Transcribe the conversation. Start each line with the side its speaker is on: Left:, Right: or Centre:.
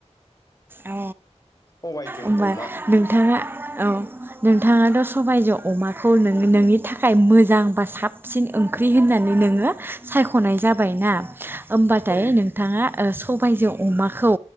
Right: औ।
Left: सबायजों
Right: ओमबा
Left: अमा
Right: नोंथाङा औ नोंथाङा द सबायजो अमाखौ नोङो नोंनि थाखाय मोजां बा साबसिन ओंख्रि होननानै नोङो सायख'नाय जाबायना। होमबाथाय
Left: औ
Right: नोंथाङा ओ सबायजो अमाखौ